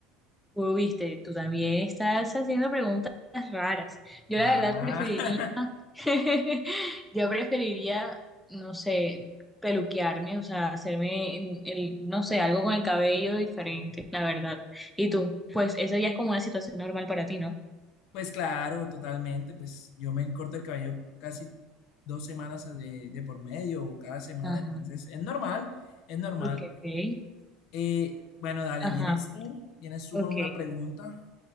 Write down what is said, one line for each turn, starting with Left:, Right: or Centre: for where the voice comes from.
Centre: Uy, viste, tú también estás haciendo preguntas raras. Yo
Left: Ah,
Centre: la verdad preferiría, <laughs> yo preferiría, no sé, peluquearme, o sea, hacerme, en- el, no sé, algo con el cabello diferente, la verdad. Y tú, pues eso ya es como una situación normal para ti, ¿no?
Left: <laughs> pues claro, totalmente. Pues yo me corto el cabello casi dos semanas de, de por medio o cada semana,
Centre: Ajá,
Left: entonces es normal, es normal.
Centre: ok,
Left: Eh, bueno, dale,
Centre: ajá,
Left: vienes tú, vienes tú
Centre: ok.
Left: con una pregunta.